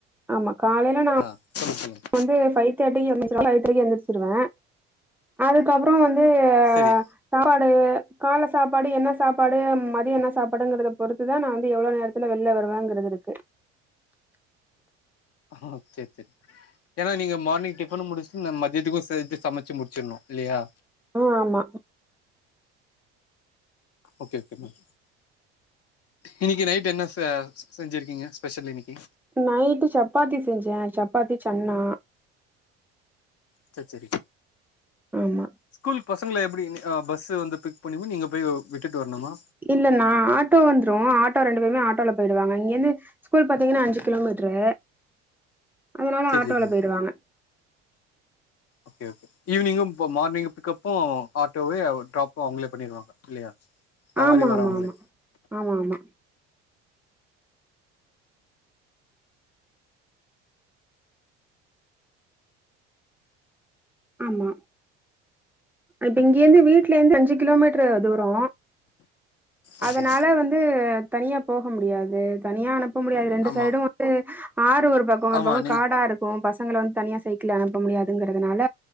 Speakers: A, in the centre; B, on the left.
A: ஆமா காலைய்ல நா
B: ஆ சொல்லு சொல்லுங்
A: வந்து ஃபை தட்டி <unintelligible> எந்திர்ச்சிருவே அதுக்கப்றோ வந்து
B: செரி
A: சாப்பாடு கால்ல சாப்பாடு என்ன சாப்பாடு மதியு என்ன சாப்பாடுங்கற பொறுத்துதா நா வந்து எவ்ளோ நேரு த்துல வெள்ல வருவாங்கறது ருக்கு
B: ஹாஹாஹா ச்செர் ச்செர் ஏன்னா நீங்க மார்னி டிஃபன்னு முடிச்சுன்ன மதியத்துக்குஸ் எ இது சமச்சு முடிச்சுர்ணு இல்லியா
A: உ ஆமா
B: ஓகே ஓகே மேம் இன்னிக்கி நைட் என்ன ஸ ஸி செஞ்சிருக்கீங்க ஸ்பெஷல் இன்னிக்கி
A: நைட்டு சப்பாத்தி செஞ்சே சப்பாத்தி சன்னா
B: ச்ச ச்சரி
A: ஆமா
B: ஸ்கூல் பசங்கள எப்டி நி ஆ பஸ் வந்து பிக் பண்ணிவோ நீங்க போயோ விட்டுட் வர்ணுமா
A: இல்ல நா ஆட்டோ வந்த்ரு ஆட்டோ ரெண்டு பேருமே ஆட்டோல போய்டுவாங்க இங்கிந்து ஸ்கூல் பாத்தீங்கன்னா அஞ்சி கிலோமீட்ரு அதனால
B: சேரி
A: ஆட்டோல
B: சேரி மேம்
A: போய்டுவாங்க
B: ஓகே ஓகே ஈவ்னிங்கு பு மார்னிங்கு பிக்கப்பு ஆட்டோவேயாவ் ட்ராப்பு அவங்களே பண்ணிருவாங்க இல்லையா சவாரி
A: ஆமா
B: வரவங்களே
A: ஆமா ஆமா ஆமா ஆமா ஆமா அய் திங்யேந்து வீட்லேந்து அஞ்சி கிலோ மீட்ரு தூரோ
B: ஓகே
A: அதனால வந்து தனியா போக முடியாது தனியானம் போ முடியாது ரெண்டு
B: ஆமா
A: சைடு வந்து ஆறு ஒரு பக்கோ
B: ஆமா
A: ஒரு பக்கோ
B: நீ
A: காடாரு போ பசங்கள வந்து தனியா சைக்கிள்ள அனுப்ப முடியாதுங்கிறதுனால